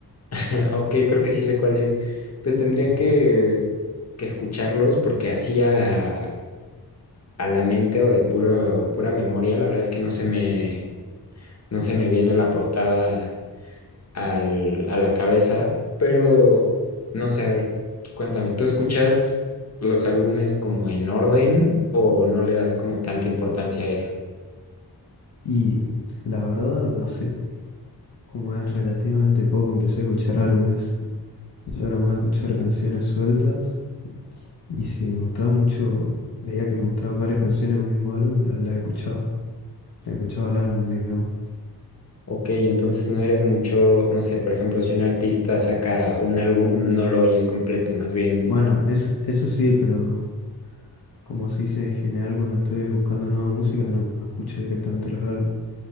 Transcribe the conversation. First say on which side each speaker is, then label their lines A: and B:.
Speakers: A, on the left; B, on the left.
A: <laughs> Ok, creo que sí sé cuál es. Pues tendría
B: <laughs>
A: que, que escucharlos porque hacía a la mente o de puro, pura memoria, la verdad es que no se me, no se me viene la portada al- a la cabeza, pero no sé, a ver, cuéntame, ¿tú escuchas los álbumes como en orden o no le das como tanta importancia a eso?
B: Y la verdad, hace Como es relativamente poco, empecé a escuchar álbumes. Yo era más de escuchar canciones sueltas. Y si me gustaba mucho, veía que me gustaban varias canciones de un mismo álbum, las la escuchaba. escuchaba el álbum, digamos.
A: Ok, entonces no eres mucho, no sé, por ejemplo, si un artista saca un álbum, no lo oyes completo, más bien,
B: Bueno, eso, eso sí, pero como se dice en general, cuando estoy buscando nueva música, no escucho directamente los álbumes.